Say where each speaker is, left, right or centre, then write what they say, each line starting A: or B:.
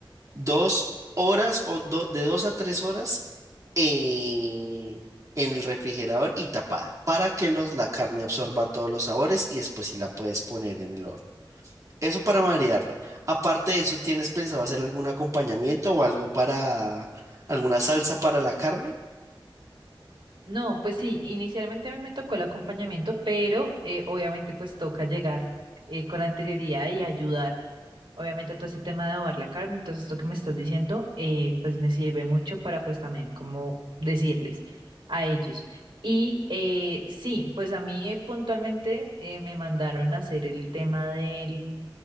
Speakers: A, on the right; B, on the right.
A: dos horas o do- de dos a tres horas eh, en el refrigerador y tapada para que los, la carne absorba todos los sabores y después sí la puedes poner en el horno. Eso para marearla. Aparte de eso, ¿tienes pensado hacer algún acompañamiento o algo para alguna salsa para la carne?
B: No, pues sí, inicialmente a mí me tocó el acompañamiento, pero eh, obviamente pues toca llegar eh, con anterioridad y ayudar. Obviamente todo este tema de adobar la carne, entonces esto que me estás diciendo, eh, pues me sirve mucho para pues también como decirles a ellos. Y eh, sí, pues a mí eh, puntualmente eh, me mandaron a hacer el tema del,